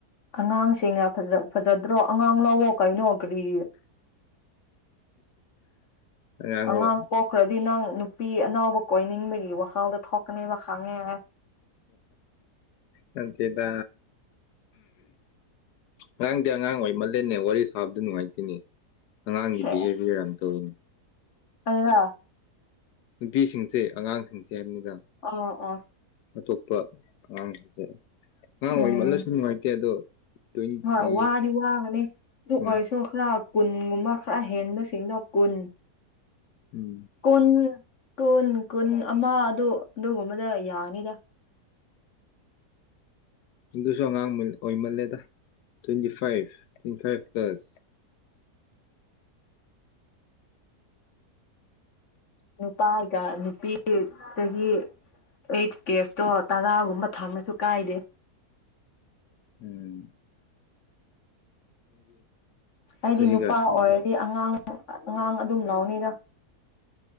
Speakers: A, on the left; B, on the left.
A: ꯑꯉꯥꯡꯁꯤꯡꯅ ꯐꯖꯗ꯭ꯔꯣ ꯑꯉꯥꯡ ꯂꯥꯛꯑꯣꯣ ꯀꯩꯅꯣ ꯀꯔꯤ
B: ꯑꯉꯥꯡꯔꯣ
A: ꯑꯉꯥꯡ ꯄꯣꯛꯈ꯭ꯔꯗꯤ ꯅꯪ ꯄꯄꯤ ꯑꯅꯥꯎꯕ ꯀꯣꯏꯅꯤꯡꯕꯒꯤ ꯋꯥꯈꯜꯗꯣ ꯊꯣꯛꯀꯅꯦꯕ ꯈꯪꯉꯦ ꯍꯥꯏ
B: ꯃꯠꯇꯗ ꯑꯉꯥꯡꯗꯤ ꯑꯉꯥꯡ ꯑꯣꯏꯃꯂꯦꯅꯦ ꯋꯥꯔꯤꯁꯦ ꯍꯥꯥꯕꯗꯨ ꯅꯨꯡꯉꯥꯏꯇꯣꯏꯅꯦ ꯑꯉꯥꯡꯒꯤ
A: ꯁꯦꯁ
B: ꯕꯤꯍꯦꯕꯤꯌꯔ ꯌꯥꯝ ꯇꯧꯋꯤꯅꯤ
A: ꯑꯩꯔ
B: ꯅꯨꯄꯤꯁꯤꯡꯁꯦ ꯑꯉꯥꯡꯁꯤꯡꯁꯦ ꯍꯥꯏꯕꯅꯤꯅ
A: ꯑꯣ ꯑꯣ
B: ꯑꯇꯣꯞ ꯑꯉꯥꯡꯁꯦ ꯑꯉꯥꯡ
A: ꯎꯝ
B: ꯑꯣꯏꯃꯜꯂꯁꯨ ꯅꯨꯡꯉꯥꯏꯇꯦ ꯑꯗꯣ ꯇ꯭ꯋꯦꯟꯇꯤ
A: ꯍꯣꯏ ꯋꯥꯗꯤ ꯋꯥꯕꯅꯤ ꯑꯗꯨ
B: ꯍꯣꯏ
A: ꯑꯣꯏꯁꯨ ꯈꯔ ꯀꯨꯟꯒꯨꯝꯕ ꯈꯔ ꯍꯦꯟꯕꯁꯤꯡꯗꯣ ꯀꯨꯟ
B: ꯎꯝ
A: ꯀꯨꯟ ꯀꯨꯟ ꯀꯨꯟ ꯑꯃ ꯑꯗꯨ ꯑꯗꯨꯒꯨꯝꯕꯗ ꯌꯥꯅꯤꯗ
B: ꯁꯨꯣ ꯑꯉꯥꯡꯥꯡ ꯑꯣꯏ ꯃꯜꯂꯦꯗ twenty five twenty five plus
A: ꯅꯨꯄꯥꯒ ꯅꯨꯄꯤ ꯆꯍꯤ ꯑꯩꯠ ꯀꯦꯐꯇꯣ ꯇꯔꯥꯒꯨꯝꯕ ꯊꯝꯃꯁꯨ ꯀꯥꯏꯗꯦ
B: ꯎꯝ
A: ꯑꯩꯗꯤ
B: ꯆꯍꯤ
A: ꯅꯨꯄꯥ
B: ꯀꯌꯥ ꯁꯨꯔꯕ꯭ꯔꯣ
A: ꯑꯣꯏꯔꯗꯤ ꯑꯉꯥꯡ ꯑꯉꯥꯡ ꯑꯗꯨꯝ ꯂꯥꯎꯅꯤꯗ